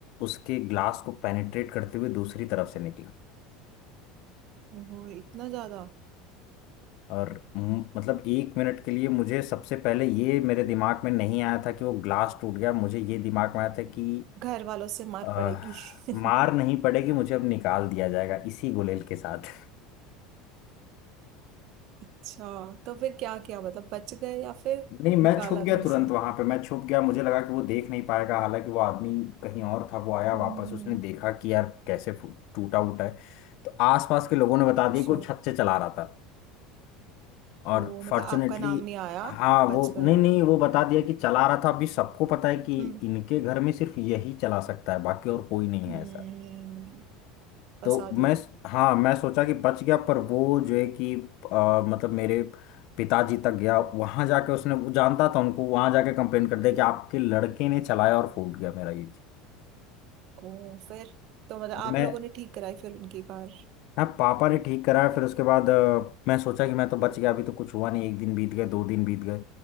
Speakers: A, on the left; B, on the right.
A: उसके ग्लास को पेनिट्रेट करते हुए दूसरी तरफ से निकला
B: वो इतना ज्यादा
A: और मु- मतलब एक मिनट के लिए मुझे सबसे पहले ये मेरे दिमाग में नहीं आया था कि वो ग्लास टूट गया मुझे ये दिमाग में आया था कि
B: घर वालों से मार
A: अह,
B: पड़ेगी <laughs>
A: मार नहीं पड़ेगी मुझे अब निकाल दिया जाएगा इसी गुलेल के साथ
B: अच्छा तो फिर क्या किया मतलब बच गए या फिर
A: नहीं मैं
B: निकाला
A: छुप गया
B: घर
A: तुरंत
B: से
A: वहां पे मैं छुप गया मुझे लगा कि वो देख नहीं पाएगा हालांकि वो आदमी कहीं और था वो आया
B: हम्म
A: वापस
B: हम्म,
A: उसने
B: हम्म।
A: देखा कि यार कैसे फू- टूटा उटा है तो आसपास के लोगों ने बता दिया
B: अच्छा
A: कि वो छत से चला रहा था और
B: ओ मतलब
A: फॉर्चुनेटली
B: आपका नाम नहीं आया
A: हाँ
B: बच
A: वो
B: गए
A: नहीं नहीं
B: आप
A: वो बता दिया कि चला रहा था अभी सबको पता है कि
B: हम्म
A: इनके घर में सिर्फ यही चला सकता है बाकी और कोई नहीं
B: हम्म
A: है ऐसा
B: फंसा
A: तो
B: दिया
A: मैं हाँ मैं सोचा कि बच गया पर वो जो है कि अ, मतलब मेरे पिताजी तक गया वहां जाके उसने वो जानता था उनको वहां जाके कंप्लेन कर दिया कि आपके लड़के ने चलाया और फूट गया मेरा ये चीज
B: ओ फिर तो मतलब आप
A: मैं
B: लोगों ने ठीक कराई फिर उनकी कार
A: हाँ पापा ने ठीक कराया फिर उसके बाद अ, मैं सोचा कि मैं तो बच गया अभी तो कुछ हुआ नहीं एक दिन बीत गए दो दिन बीत गए